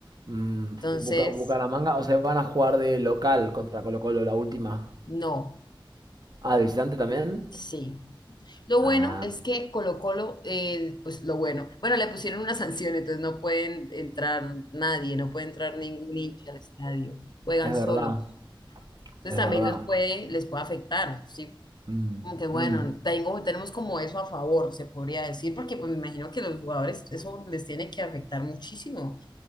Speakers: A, on the right; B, on the left.
A: Mm,
B: Entonces,
A: Buca- Bucaramanga, o sea, van a jugar de local contra Colo-Colo la última.
B: no,
A: Ah, de visitante también.
B: sí. Lo
A: Ah,
B: bueno es que Colo Colo, eh, pues lo bueno, bueno, le pusieron una sanción, entonces no pueden entrar nadie, no puede entrar ningún hincha al estadio, juegan
A: es
B: solos.
A: verdad,
B: Entonces
A: es
B: también
A: verdad.
B: los puede, les puede afectar, ¿sí?
A: Mm,
B: Como que bueno,
A: mm.
B: tengo, tenemos como eso a favor, se podría decir, porque pues me imagino que los jugadores eso les tiene que afectar muchísimo.